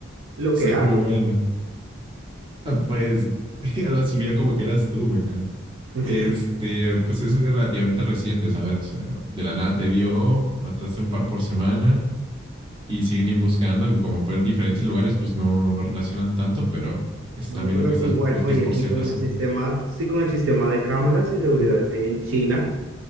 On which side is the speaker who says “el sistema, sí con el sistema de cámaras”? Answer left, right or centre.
Right